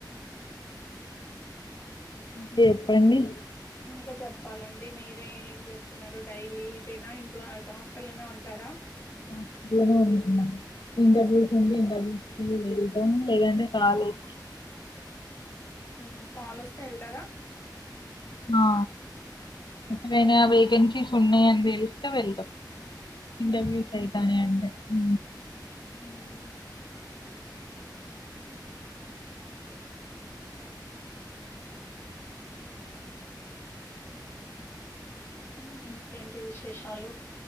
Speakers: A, on the left; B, on the left.
A: చెప్పండి
B: ఇంకా చెప్పాలండి డి మీరే ఏం చేస్తున్నారు డైలీ ఇదైనా ఇంట్లో హాస్టల్లోనే ఉంటారా
A: ఆ ఇంట్లోనే ఉంటున్న ఇంటర్వ్యూ నుండి ఇంటర్వ్యూ వెల్ ఏం లేదంటే కాలేజీకి
B: ఉ కాల్ వస్తే వెళ్తారా
A: ఆ ఎక్కడైనా వేగెన్సీస్ ఉన్నాయి అని తెలిస్తే వెళ్దాం ఇంటర్వ్యూస్
B: మ్హూ
A: అయితన్నాయి అంటే ఉ
B: మ్మ్ అ ఉ ఇంకేంటి విష్ విశేషాలు